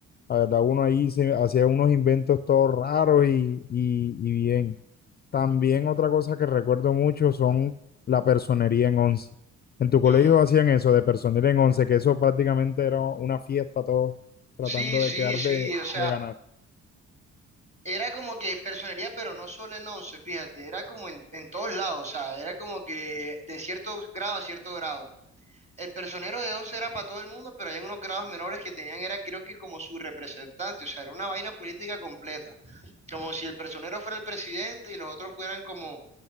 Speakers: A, on the left; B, on the right.
A: La verdad, uno ahí se hacía unos inventos todos raros y, y, y bien. También otra cosa que recuerdo mucho son la personería en once. En tu colegio
B: Ujú.
A: hacían eso de personería en once, que eso prácticamente era una fiesta, todos tratando
B: Sí,
A: de
B: sí,
A: quedar
B: sí,
A: de,
B: o sea,
A: de ganar.
B: era como que personería, pero no solo en once, fíjate, era como en, en todos lados, o sea, era como que de cierto grado a cierto grado. El personero de 11 era para todo el mundo, pero hay unos grados menores que tenían, era creo que como su representante, o sea, era una vaina política completa, como si el personero fuera el presidente y los otros fueran como